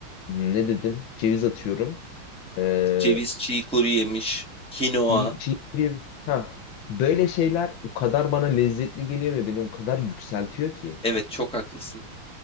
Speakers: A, on the left; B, in the centre.
A: hmm, ne dedim? Ceviz atıyorum. Eee
B: Ceviz, çiğ kuru yemiş, kinoa.
A: çiğ, çiğ kuru yemiş. Ha, böyle şeyler o kadar bana lezzetli geliyor ve beni o kadar yükseltiyor ki.
B: Evet çok haklısın.